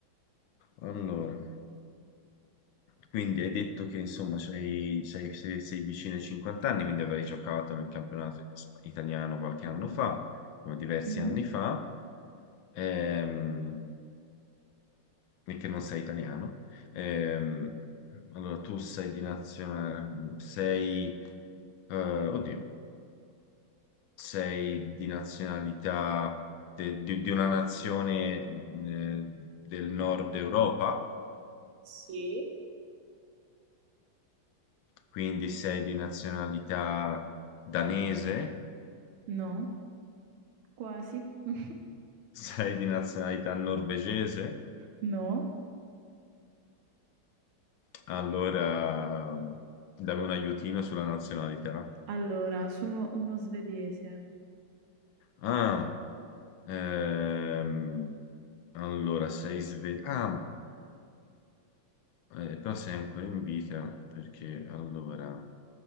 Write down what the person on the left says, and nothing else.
Allora, quindi hai detto che insomma sei, sei- sei- sei vicino ai 50 anni, quindi avrai giocato nel campionato italiano qualche anno fa, no, diversi
anni fa. Ehm, e che non sei italiano. Ehm, allora, tu sei di nazionalità, sei, eh, oddio, sei di nazionalità de- di, di una nazione eh, del nord Europa,
quindi sei di nazionalità danese,
<laughs> sei di nazionalità norvegese,
allora dammi un aiutino sulla nazionalità.
Ah, ehm, allora sei svedese. Eh, però sei ancora in vita perché allora